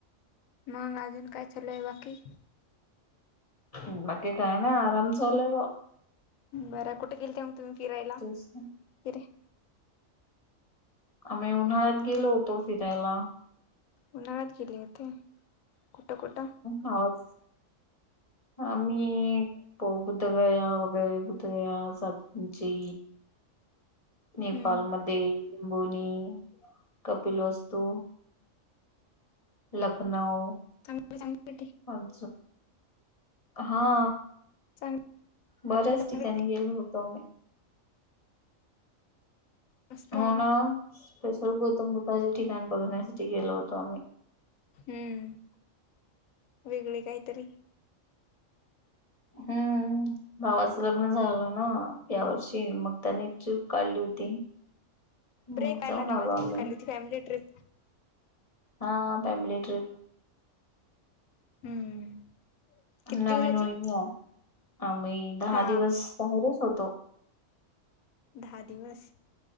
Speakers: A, on the left; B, on the left.
A: मग अजून काय चालय बाकी
B: हमकी काय नाही आरामचले
A: बरं कुठे गेलते मग तुम्ही फिरायला
B: तेच
A: फिरे
B: ना. आम्ही उन्हाळ्यात गेलो होतो फिरायला
A: उन्हाळ्यात गेली इथे कुठं कुठं?
B: हवच ह मी प बुद्धगया वगैरे बुद्धगया सची नेपाल
A: हम्म
B: मंबोनी कपिल वस्तू लखनऊ
A: चांगले चांगले
B: अल हा.
A: चांगले
B: बऱ्याच
A: चांगले
B: ठिकाणी गेलो होतो आम्ही
A: मस्त आहे
B: हो ना स्पेशल गौतम बुद्ध ठिकाण बघण्यासाठी गेलो होतो आम्ही
A: हम्म वेगळे काहीतरी
B: हम्म भावाचं लग्न झालं ना यावर्षी मग त्याने ट्रिप काढली होती. मग
A: ब्रेक कयलाावा
B: जाऊन आलो आम्ही
A: किती फॅमिली ट्र्रीप
B: हा फॅमिली ट्रिप
A: हम्म किती
B: नवीन
A: दिवसाची
B: होवीन या आम्ही दहा
A: हा
B: दिवस बाहेरच होतो.
A: दहा दिवस.